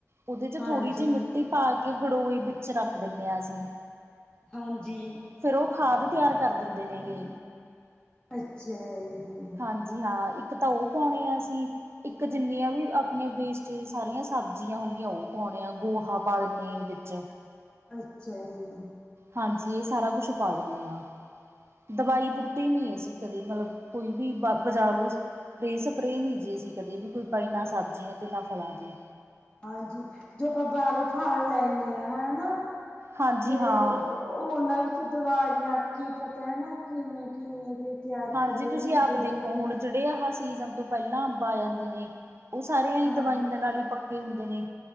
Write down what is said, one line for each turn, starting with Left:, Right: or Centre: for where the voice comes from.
Right: ਉਦੇ 'ਚ
Left: ਹਾਂਜੀ
Right: ਥੋੜ੍ਹੀ ਜੀ‌ ਮਿੱਟੀ ਪਾ ਕੇ ਗੜੋਏ ਵਿੱਚ ਰੱਖ ਦਿੰਨੇ ਆ ਅਸੀਂ।
Left: ਹਾਂਜੀ।
Right: ਫਿਰ ਓ ਖਾਦ ਤਿਆਰ ਕਰ ਦਿੰਦੇ ਨੇਂਗੇ।
Left: ਅੱਛਾ ਯੀ।
Right: ਹਾਂਜੀ ਹਾਂ ਇੱਕ ਤਾਂ ਓ ਪਾਉਣੇ ਆ ਅਸੀਂ ਇੱਕ ਜਿੰਨੀਆਂ ਵੀ ਆਪਣੇ ਵੇਸਟੇਜ ਸਾਰੀਆਂ ਸਬਜ਼ੀਆਂ ਹੋਗੀਆਂ ਉਹ ਪਾਉਣੇ ਆ। ਗੋਹਾ ਪਾ ਦਿੰਨੇ ਯੀ ਵਿੱਚ।
Left: ਅੱਛਾ ਜੀ।
Right: ਹਾਂਜੀ ਇਹ ਸਾਰਾ ਕੁਛ ਪਾ ਦਿੰਨੇ ਆ। ਦਵਾਈ
Left: ਅੱਛਾ
Right: ਬੂਟੀ
Left: ਜੀ
Right: ਨੀ ਅਸੀਂ ਕਦੇ ਮਲਬ ਕੋਈ ਵੀ ਬ-ਬਜ਼ਾਰੋਜ਼ ਬੇ- ਸਪ੍ਰੇ ਨੀ ਜੀ ਅਸੀਂ ਕਦੇ ਵੀ ਪਾਈ ਨਾ ਸਬਜ਼ੀਆਂ
Left: ਹਾਂ
Right: ਤੇ ਨਾ ਫਲਾਂ ਤੇ।
Left: ਹਾਂਜੀ, ਜੋਪਾਂ ਬਾਹਰੋਂ ਫਲ ਲੈਨੇ ਆ ਹਨਾ
Right: ਹਾਂਜੀ
Left: ਤੇ
Right: ਹਾਂ
Left: ਉਹਨਾਂ ਵਿੱਚ ਦਵਾਈਆਂ ਕੀ ਪਤਾ ਹੈਨਾ ਕੀਵੇਂ-ਕੀਵੇਂ ਦੇ ਤਿਆਰ
Right: ਹਾਂਜੀ,
Left: ਕਰੇ
Right: ਤੁਸੀਂ
Left: ਹੁੰਦੇ
Right: ਆਪ ਦੇਖੋ
Left: ਨੇ
Right: ਹੁਣ ਜਿਹੜੇ ਆਹਾ ਸੀਜ਼ਨ ਤੋਂ ਪਹਿਲਾਂ ਅੰਬ ਆ ਜਾਂਦੇ ਨੇ, ਉਹ ਸਾਰਿਆਂ ਈ
Left: ਹਾਂ
Right: ਦਵਾਈਆਂ ਨਾਲ ਈ ਪੱਕੇ ਹੁੰਦੇ ਨੇ।